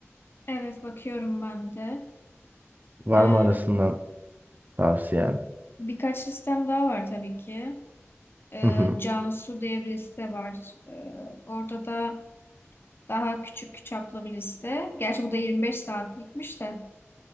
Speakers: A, on the left; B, on the right.
A: Evet bakıyorum ben de.
B: Var
A: Ee,
B: mı arasından tavsiyen?
A: birkaç listem daha var tabii ki. Ee,
B: Hı hı.
A: Cansu diye bir liste var. Ee, orada da daha küçük çaplı bir liste. Gerçi bu da 25 saatlikmiş de.